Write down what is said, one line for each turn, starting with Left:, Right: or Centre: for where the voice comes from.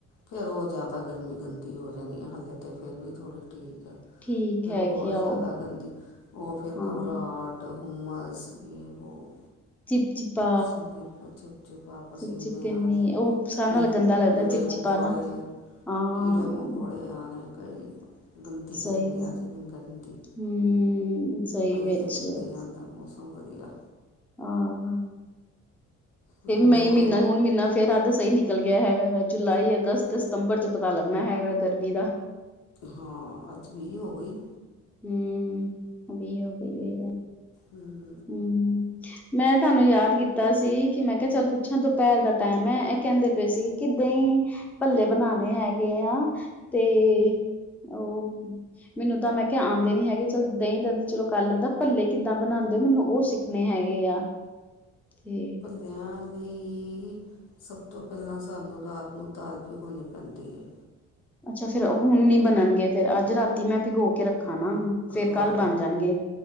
Left: ਫੇਰ ਉਹ ਜ਼ਿਆਦਾ ਗਰਮੀ ਗੰਦੀ ਹੋ ਜਾਣੀ ਹੈ ਹਲੇੇ ਤੇ ਫਿਰ ਵੀ ਥੋੜ੍ਹੀ ਠੀਕ ਐ,
Centre: ਠੀਕ
Left: ਫਿਰ
Centre: ਹੈਗੀ
Left: ਹੋਰ
Centre: ਆ
Left: ਜ਼ਿਆਦਾ
Centre: ਉਹ
Left: ਗੰਦੀ ਉਹ ਫਿਰ
Centre: ਹਾਂ
Left: ਘਬਰਾਹਟ ਹੁਮਸ ਵੀ ਹੋ
Centre: ਚਿਪ ਚਿਪਾ
Left: ਪਸੀਨੇ ਚਿਪ ਚਿਪਾ ਪਸੀਨੇ
Centre: ਚਿਪ ਚਿਪ ਕਿੰਨੀ
Left: ਆਣੇ,
Centre: ਉਹ ਸਾਰਿਆਂ
Left: ਪੇਟ
Centre: ਨਾਲ ਗੰਦਾ
Left: ਚ
Centre: ਲੱਗਦਾ
Left: ਕੀੜੇ
Centre: ਚਿਪ
Left: ਮੁ
Centre: ਚਿਪਾ
Left: ਕੋੜੇ
Centre: ਨਾ ਹਾਂ
Left: ਕੀੜੇ ਮਕੌੜੇ ਆਉਣੇ ਕਈ, ਗੰਦੀ
Centre: ਸਹੀ
Left: ਗਰਮੀ ਆ ਜਾਣੀ ਗੰਦੀ
Centre: ਹੂੰ, ਸਹੀ
Left: ਹਜੇ
Centre: ਵਿੱਚ
Left: ਤੇ ਨਿਕਲੀ ਜਾਂਦਾ ਮੌਸਮ ਵਧੀਆ
Centre: ਹਾਂ
Left: ਹੋਰ
Centre: ਮਈ ਮਹੀਨਾ ਜੂਨ ਮਹੀਨਾ ਫੇਰ ਅੱਧ ਸਹੀ ਨਿਕਲ ਗਿਆ ਹੈਗਾ ਵਾ ਜੁਲਾਈ ਅਗਸਤ ਸਤੰਬਰ ਚ ਪਤਾ ਲੱਗਣਾ ਹੈਗਾ ਗਰਮੀ ਦਾ
Left: ਹਾਂ ਅੱਜ ਵੀ, ਹੋ ਗਈ
Centre: ਹੂ ਵੀ ਹੋ ਤੇ ਗਈ ਹੈ
Left: ਹੂ
Centre: ਹੂ ਮੈਂ ਤੁਹਾਨੂੰ ਯਾਦ ਕੀਤਾ ਸੀ ਕਿ ਮੈਂ ਕਿਹਾ ਚੱਲ ਪੁੱਛਾਂ ਦੁਪਹਿਰ ਦਾ ਟਾਈਮ ਹੈ, ਇਹ ਕਹਿੰਦੇ ਪਏ ਸੀ ਕਿ ਦਹੀ ਭੱਲੇ ਬਣਾਉਣੇ ਹੈਗੇ ਆ, ਤੇ ਉਹ ਮੈਨੂੰ ਤਾਂ ਮੈਂ ਕਿਹਾ ਆਉਂਦੇ ਨੀ ਹੈਗੇ, ਚੱਲ ਦਹੀਂ ਦਾ ਚਲੋ ਕਰ ਲੈਂਦਾ, ਭੱਲੇ ਕਿੱਦਾਂ ਬਣਾਉਂਦੇ ਉਹ ਸਿੱਖਣੇ ਹੈਗੇ ਆ ਤੇ
Left: ਆਂ ਲਈ, ਸਭ ਤੋਂ ਪਹਿਲਾਂ ਸਾਨੂੰ ਰਾਤ ਨੂੰ ਦਾਲ ਭਿਗਾਾਉਣੀ ਪੈਂਦੀ ਹੈ
Centre: ਅੱਛਾ ਫਿਰ ਹੁਣ ਨੀ ਬਣਨਗੇ, ਫੇਰ ਅੱਜ ਰਾਤੀ ਮੈਂ ਭਿਗੋ ਕੇ ਰੱਖਾ ਨਾ ਉਹਨੂੰ ਫੇਰ
Left: ਹਾਂ
Centre: ਕੱਲ ਬਣ ਜਾਣਗੇ।